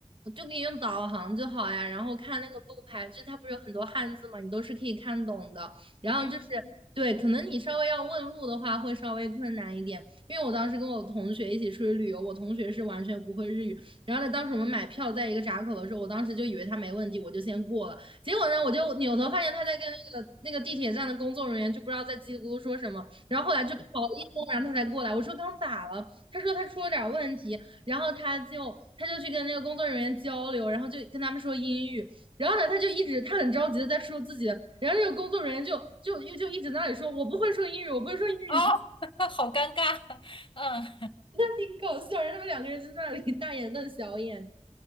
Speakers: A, on the right; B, on the left.
A: 就可以用导航就好呀。然后看那个路牌，就它不是有很多汉字嘛，你都是可以看懂的。然后就是对，
B: 嗯。
A: 可能你稍微要问路的话会稍微困难一点，因为我当时跟我同学一起出去旅游，我同学是完全不会日语。然后呢，当时我们买票在一个闸口的时候，我当时就以为他没问题，我就先过了。结果呢，我就扭头发现他在跟那个那个地铁站的工作人员就不知道在叽里咕噜说什么，然后后来就搞了一通，然后他才过来。我说刚咋了？他说他出了点问题，然后他就他就去跟那个工作人员交流，然后就跟他们说英语，然后呢，他就一直他很着急的在说自己的，然后那个工作人员就就就就一直在那里说我不会说英语，我不会说英语，
B: 哦，<laughs> 好尴尬。<laughs> 嗯
A: <laughs> 那挺搞笑。然后他们两个人就在那里大眼瞪小眼。